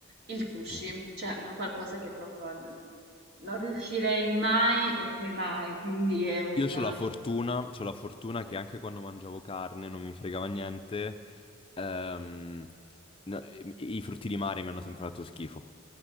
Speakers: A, on the right (about 50°); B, on the left (about 25°).
A: il sushi,
B: Mhm.
A: cioè è qualcosa che proprio eh, non riuscirei mai e poi mai. Quindi è un
B: Io ho la fortuna, c'ho la fortuna che anche quando mangiavo carne non mi fregava niente, ehm, no, i i frutti di mare mi hanno sempre fatto schifo.